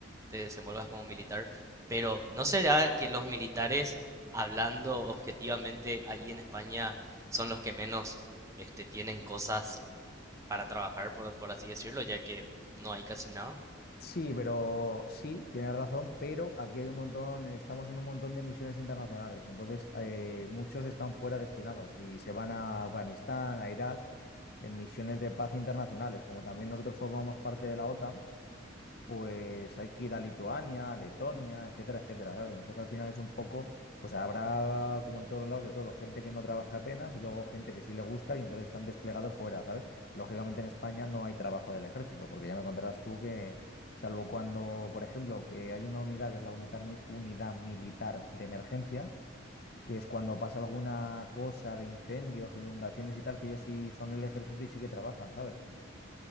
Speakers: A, on the right; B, on the left.
A: te desenvuelvas como militar, pero ¿no será que los militares, hablando objetivamente allí en España, son los que menos este, tienen cosas para trabajar, por, por así decirlo, ya que no hay casi nada?
B: Sí, pero sí, tienes razón, pero aquí hay un montón, estamos en un montón de misiones internacionales, entonces eh, muchos están fuera destinados y se van a Afganistán, a Irak, en misiones de paz internacionales, como también nosotros formamos parte de la OTAN pues hay que ir a Lituania, a Letonia, etcétera, etcétera, ¿sabes? Entonces al final es un poco, pues habrá como en todos los lados de todo, gente que no trabaja apenas y luego gente que sí le gusta y entonces están desplegados fuera, ¿sabes? Lógicamente en España no hay trabajo del ejército, porque ya me contarás tú que, salvo cuando, por ejemplo, que hay una unidad que es la unitar- mi- unidad militar de emergencias, que es cuando pasa alguna cosa de incendios o inundaciones y tal, que ellos sí son el ejército y sí que trabajan, ¿sabes?